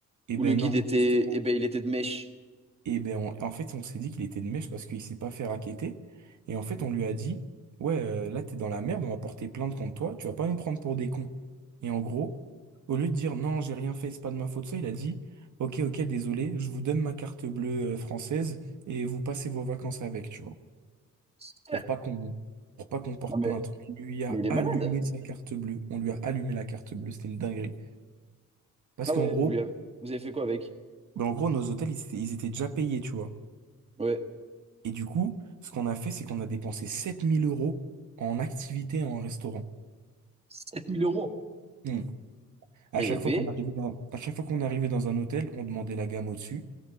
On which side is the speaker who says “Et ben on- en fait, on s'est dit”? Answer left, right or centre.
Right